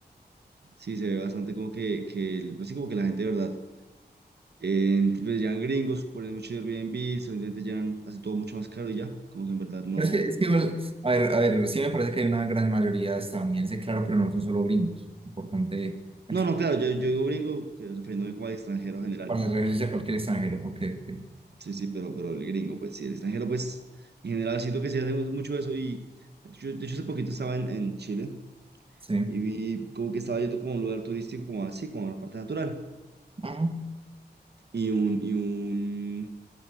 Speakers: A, on the right (about 70°); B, on the right (about 30°).
A: Sí, se ve bastante como que, que el- pues sí, como que la gente, de ¿verdad? Eh, pues llegan gringos, ponen mucho Airbnb, simplemente llenan así todo mucho más caro y ya, como que en verdad no.
B: Pero es que, es que igual, a ver, a ver, sí me parece que hay una gran mayoría de estadounidenses, claro, pero no son solo gringos. Importante aclarar
A: No, no, claro, yo, yo digo gringo, que refiriéndome como al extranjero en general.
B: para referirse a cualquier extranjero. Ok, ok,
A: Sí, sí, pero, pero el gringo, pues sí, el extranjero, pues en general siento que se hace mucho eso. Y yo, de hecho, hace poquito estaba en, en Chile
B: sí.
A: y vi como que estaba yendo como a un lugar turístico, como así, como a una parte natural.
B: Ajá,
A: Y un, y un,